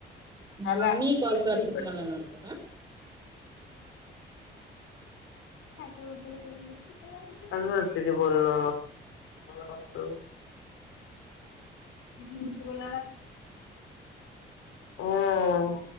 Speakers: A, on the right; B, on the left.
A: मग
B: त्याला
A: मी कॉल
B: करतोय
A: करते
B: कट.
A: तुम्हाला नंतर हा.
B: त्याबद्दल असंते बोलणला वात. तिती मि बला. होम.